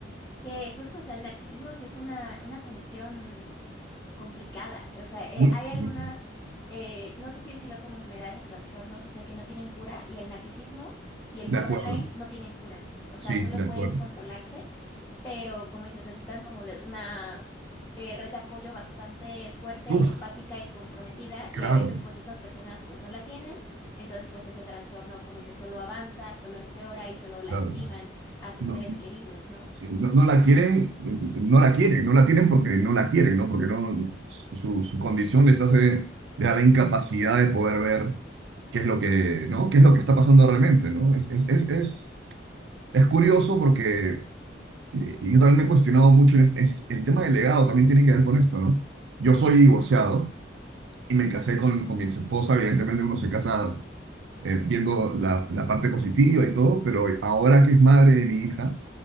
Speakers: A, on the left; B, on the right.
A: Que justo, o sea, el narcisismo sí es una, una condición complicada. O sea, eh,
B: Uf,
A: hay algunas,
B: uf,
A: eh, no sé si decirlo como enfermedades o trastornos, o sea, que no tienen cura y el narcisismo y el
B: De
A: borderline
B: acuerdo,
A: no tienen cura. O sea,
B: sí,
A: solo
B: de
A: pueden
B: acuerdo.
A: controlarse, pero como dices, necesitan como de una eh, red de apoyo bastante fuerte,
B: Uf,
A: empática y comprometida
B: claro,
A: y a veces pues estas personas pues no la tienen. Entonces pues ese trastorno, como dices, solo avanza, solo empeora y solo lastiman
B: claro.
A: a sus
B: No,
A: seres queridos, ¿no?
B: sí, no, no la quieren, no la quieren, no la tienen porque no la quieren, ¿no? Porque no, su, su condición les hace, les da la incapacidad de poder ver qué es lo que, ¿no? qué es lo que está pasando realmente, ¿no? Es, es, es, es, es curioso porque Y yo también me he cuestionado mucho en este- es- el tema del legado también tiene que ver con esto, ¿no? Yo soy divorciado y me casé con, con mi ex esposa, evidentemente uno se casa eh, viendo la, la parte positiva y todo, pero ahora que es madre de mi hija,